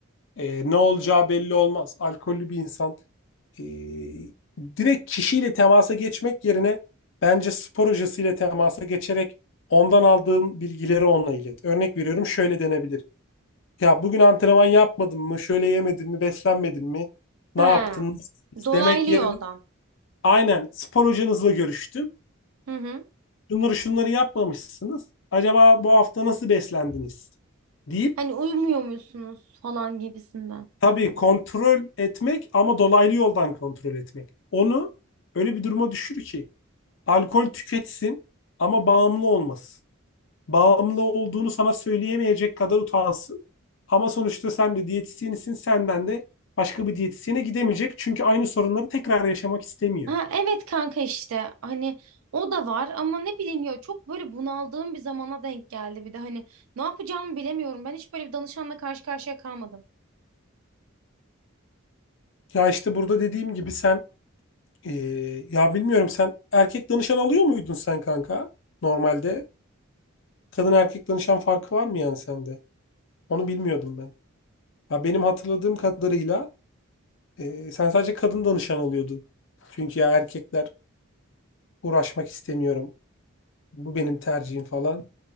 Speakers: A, on the left; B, on the right.
A: Ee, ne olacağı belli olmaz. Alkollü bir insan. Ee, direkt kişiyle temasa geçmek yerine bence spor hocasıyla temasa geçerek ondan aldığın bilgileri onunla ilet. Örnek veriyorum şöyle denebilir. Ya bugün antrenman yapmadın mı? Şöyle yemedin mi? Beslenmedin mi? Ne
B: ha.
A: yaptın? Nasıl?
B: Dolaylı
A: Demek yerine
B: yoldan.
A: aynen spor hocanızla görüştüm
B: Hı hı.
A: şunları şunları yapmamışsınız. Acaba bu hafta nasıl beslendiniz? deyip
B: Hani uyumuyor musunuz falan gibisinden.
A: tabii kontrol etmek ama dolaylı yoldan kontrol etmek. Onu öyle bir duruma düşür ki alkol tüketsin ama bağımlı olmasın. Bağımlı olduğunu sana söyleyemeyecek kadar utansın. Ama sonuçta sen de diyetisyenisin, senden de başka bir diyetisyene gidemeyecek. Çünkü aynı sorunları tekrar yaşamak istemiyor.
B: Ha, evet kanka işte hani o da var ama ne bileyim ya çok böyle bunaldığım bir zamana denk geldi bir de hani ne yapacağımı bilemiyorum ben hiç böyle bir danışanla karşı karşıya kalmadım.
A: Ya işte burada dediğim gibi sen Ee, ya bilmiyorum sen erkek danışan alıyor muydun sen kanka normalde? Kadın erkek danışan farkı var mı yani sende? Onu bilmiyordum ben. Ya benim hatırladığım kadarıyla e, sen sadece kadın danışan alıyordun. Çünkü ya erkekler uğraşmak istemiyorum. Bu benim tercihim falan.